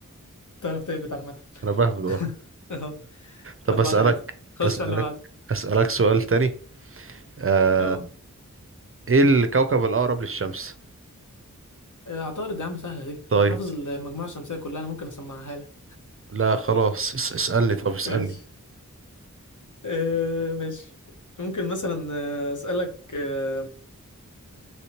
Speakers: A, on the left; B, on the right.
A: تعرف تهبط عامة
B: انا بهبد اه
A: <laughs> اهو
B: طب
A: أربعة
B: اسالك
A: تلاتة خش
B: اسالك
A: على اللي بعده
B: اسالك سؤال تاني آه...
A: اهو
B: ايه الكوكب الاقرب للشمس
A: آه، عطارد يا عم سهلة دي
B: طيب
A: أنا حافظ المجموعة الشمسية كلها أنا ممكن أسمعها لك
B: لا خلاص اس- اسالني طب اسالني
A: ماشي آه، ماشي ممكن مثلا آه، أسألك آه،